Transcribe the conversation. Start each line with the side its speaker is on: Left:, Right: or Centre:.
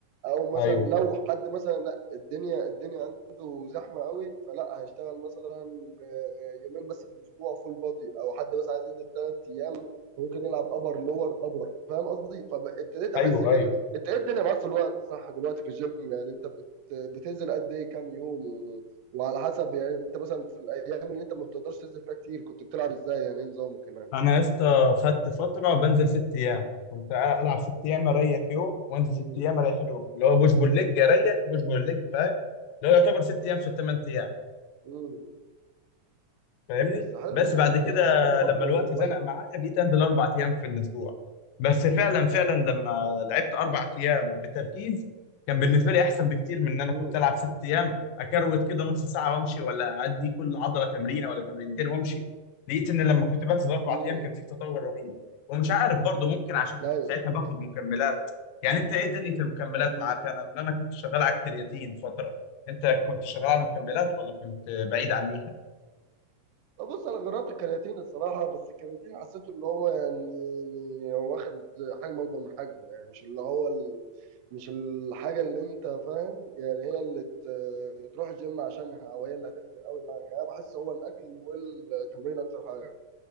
Right: او مثلا
Left: ايوه
Right: لو حد مثلا الدنيا الدنيا عنده زحمه قوي فلا هيشتغل مثلا آه، يومين بس في الاسبوع فول بادي او حد بس عايز ينزل ثلاث ايام ممكن يلعب ابر لور ابر فاهم قصدي فابتديت احس
Left: ايوه
Right: كده
Left: ايوه
Right: انت ايه الدنيا معاك في الوقت صح دلوقتي في الجيم يعني انت بت... بتنزل قد ايه كام يوم و... وعلى حسب يعني انت مثلا في الايام اللي انت ما بتقدرش تنزل فيها كتير كنت بتلعب ازاي يعني ايه نظامك هناك
Left: انا يا اسطى خدت فتره بنزل ست ايام كنت العب ست ايام اريح يوم وانزل ست
Right: مم.
Left: ايام اريح يوم اللي هو بوش بول ليج اريح بوش بول ليج فاهم اللي هو يعتبر ست ايام في الثمان ايام
Right: مم.
Left: فاهمني
Right: بس حلو
Left: بس
Right: ده
Left: بعد
Right: ما-
Left: كده
Right: ما على فكره برضه
Left: لما الوقت زنق
Right: كويس
Left: معايا بقيت انزل اربع ايام في الاسبوع بس فعلا فعلا لما لعبت اربع ايام بتركيز كان بالنسبه لي احسن بكتير من ان انا
Right: امم
Left: كنت العب ست ايام اكروت كده نص ساعه وامشي ولا ادي كل عضله تمرينه ولا تمرينتين وامشي لقيت ان لما كنت بنزل اربع
Right: امم
Left: ايام كان في تطور رهيب ومش عارف برضه ممكن عشان كنت
Right: ايوه
Left: ساعتها باخد مكملات يعني انت ايه دنيا المكملات
Right: مم.
Left: معاك انا ان انا كنت شغال على الكرياتين فتره انت كنت شغال على المكملات ولا كنت بعيد عنيها
Right: بص انا جربت الكرياتين الصراحه بس الكرياتين حسيته اللي هو يعني واخد حجم اكبر من حجمه يعني مش اللي هو ال... مش الحاجه اللي انت فاهم يعني هي اللي ت- تروح الجيم عشانها او هي اللي هتفرق قوي معاك يعني انا بحس هو الاكل والتمرين اكتر حاجه